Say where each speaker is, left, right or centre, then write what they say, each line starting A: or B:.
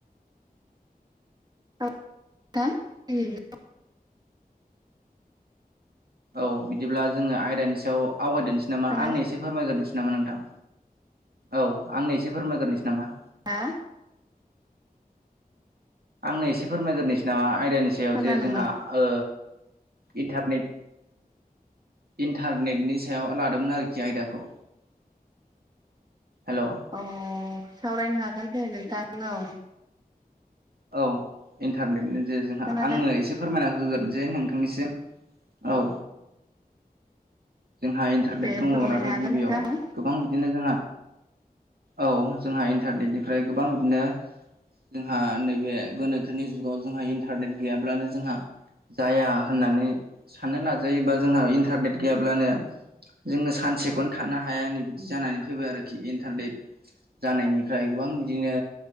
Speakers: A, on the right; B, on the right.
A: औ <unintelligible>
B: औ बिदिब्ला जोङो आयदानि सायाव आवगायदोनोसै नामा आंनो
A: औ
B: एसे फोरमायग्रोनोसै नामा नोंथां? औ आंनो एसे फोरमायग्रोनोसै नामा?
A: हा
B: आंनो एसे फोरमायग्रोसै नामा? आयदानि सायाव
A: खोनानो
B: जे जोंहाओ
A: मोन
B: इन्टारनेट इन्थारनेटनि सायाव लादोंमोन आरोखि आयदाखौ। हेल'औ
A: अ सावरायनो हागोन दे नोंथां औ।
B: औ इन्थारनेटनि जो-जोंहा
A: खोनादों
B: आङो एसे फोरमायना होगोन जे नोंथांनिसिम औ जोंहा इन्थारनेट
A: दे
B: दङबोलाथ'
A: फोरमायनो हागोन
B: गिबियाव
A: नोंथां औ
B: गोबां बिदिनो जोंहा औ जोंहा इन्टारनेेटजों ओमफ्राय गोबां बिदिनो जोंहा नै बे गोनोखोनि जुगाव जोंहा इन्टारनेट गैयाब्लानो जोंहा जाया होननानै साननो लाजायोबा जोंहा इनथारनेट गैयाब्लानो जोङो सानसेखौनो थानो हाया नै बिदि जानानै फैबाय आरोखि इनथारनेट जानायनिफ्राय गोबां बिदिनो